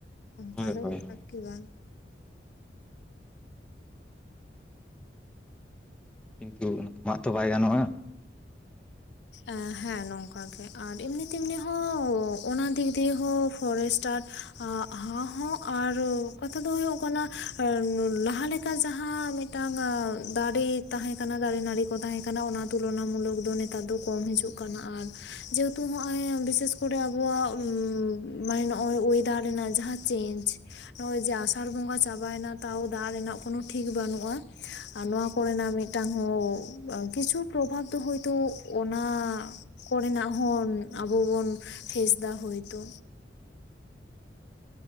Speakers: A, on the left; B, in the centre.
A: ᱚᱝᱠᱟ
B: ᱦᱳᱭ
A: ᱫᱚ
B: ᱦᱳᱭ ᱦᱳᱭ
A: ᱟᱨᱠᱤ ᱵᱟᱝ᱾
B: ᱠᱤᱱᱛᱩ ᱚᱱᱟ ᱢᱟᱜ ᱛᱚ ᱵᱟᱭ ᱜᱟᱱᱚᱜᱼᱟ᱾ <inaudible>
A: ᱮᱸ ᱦᱮᱸ ᱱᱚᱝᱠᱟᱱ ᱜᱮ ᱟᱨ ᱮᱢᱱᱤ ᱛᱮᱢᱱᱤ ᱦᱚᱸ ᱚᱱᱟ ᱫᱤᱠ ᱫᱤᱭᱮ ᱦᱚᱸ ᱯᱷᱚᱨᱮᱥᱴᱟᱨ ᱦᱟ ᱦᱚᱸ ᱟᱨ ᱠᱟᱛᱷᱟ ᱫᱚ ᱦᱩᱭᱩᱜ ᱠᱟᱱᱟ ᱞᱟᱦᱟ ᱞᱮᱠᱟ ᱡᱟᱦᱟᱸ ᱢᱤ ᱴᱟᱝ ᱫᱟᱨᱮ ᱛᱟᱦᱮᱸ ᱠᱟᱱᱟ ᱫᱟᱨᱮ ᱱᱟᱹᱲᱤ ᱠᱚ ᱛᱟᱦᱮᱸ ᱠᱟᱱᱟ ᱚᱱᱟ ᱛᱩᱞᱚᱱᱟᱢᱩᱞᱚᱠ ᱫᱚ ᱱᱤᱛ ᱱᱮᱛᱟᱨ ᱫᱚ ᱠᱚᱢ ᱦᱤᱡᱩᱜ ᱠᱟᱱᱟ ᱟᱨ ᱡᱮᱦᱮᱛᱩ ᱦᱚᱜ ᱚᱭ ᱵᱤᱥᱮᱥ ᱠᱚᱨᱮ ᱟᱵᱚᱣᱟᱜ ᱢᱟᱱᱮ ᱚᱣᱭ ᱩᱤᱫᱟᱨ ᱨᱮᱱᱟᱜ ᱡᱟᱦᱟ ᱪᱮᱧᱚᱡ ᱱᱚᱜ-ᱚᱭ ᱡᱮ ᱟᱥᱟᱲ ᱵᱚᱸᱜᱟ ᱪᱟᱵᱟᱭᱮᱱᱟ ᱛᱟᱣ ᱫᱟᱜ ᱨᱮᱱᱟᱜ ᱠᱳᱱᱳ ᱴᱷᱤᱠ ᱵᱟᱹᱱᱩᱜ-ᱟ᱾ ᱟᱨ ᱱᱚᱣᱟ ᱠᱚᱨᱮᱱᱟᱜ ᱢᱤᱫᱴᱟᱝ ᱦᱚᱸ ᱠᱤᱪᱷᱩ ᱯᱨᱚᱵᱷᱟᱵᱽ ᱫᱚ ᱦᱳᱭᱛᱳ ᱚᱱᱟ ᱠᱚᱨᱮᱱᱟᱜ ᱦᱚᱸ ᱟᱵᱚ ᱵᱚᱱ ᱯᱷᱹᱮᱥ ᱫᱟ ᱦᱳᱭᱛᱚ᱾